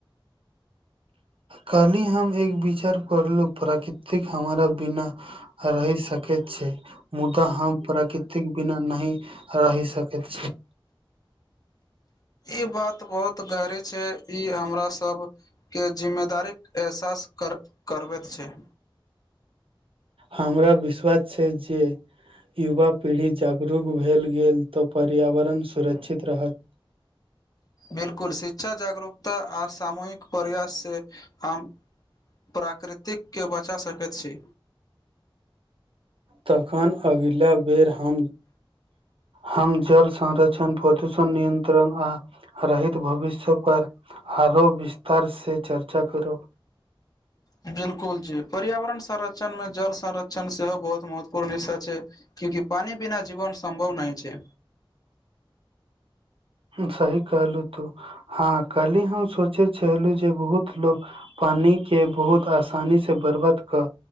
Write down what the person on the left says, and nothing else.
ई बात बहुत गहरी छे ई हमरा सबके जिम्मेदारी एहसास कर करबेत छै
बिलकुल शिक्षा जागरूकता आ सामूहिक प्रयास से हम प्राकृतिक के बचा सकेत छी
बिलकुल जी पर्यावरण संरक्षण में जल संरक्षण से हो बहुत महत्वपूर्ण हिस्सा छै क्यूंकि पीना बिना जीवन संभव नहि छै